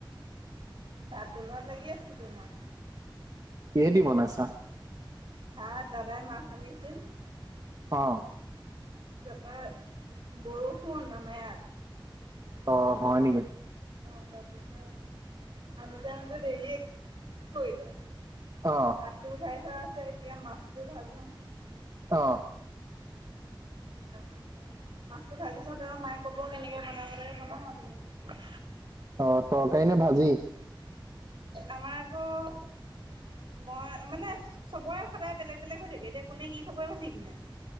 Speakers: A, on the right (about 70°); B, on the right (about 45°).
A: ভাত বনোৱাত লাগি আছিলো মই।
B: কিহেদি বনাইছা।
A: ভাত দাদাই মাছ আনিছিল।
B: অ'
A: তাৰপা বৰষুণ আম ইয়াত।
B: অ' হয় নেকি?
A: অ' তাৰপিছত আনোতে আনোতে দেৰিয়েই কৰিলে।
B: অ
A: ভাতটো উঠাই থোৱা আছে এতিয়া, মাছটো ভাজো।
B: অ'
A: তাৰপিছত মাছটো ভাজি লওঁ তেওঁ মায়ে ক'ব কেনেকে বনাব লাগে বনাও আৰু তেুনেকি।
B: অ' তৰকাৰী নে ভাজি।
A: আমাৰ আকৌ উম, মই মানে চবৰে সদায় বেলেগ- বেলেগ হৈ থাকে এতিয়া কোনে কি খাব ঠিকনাই।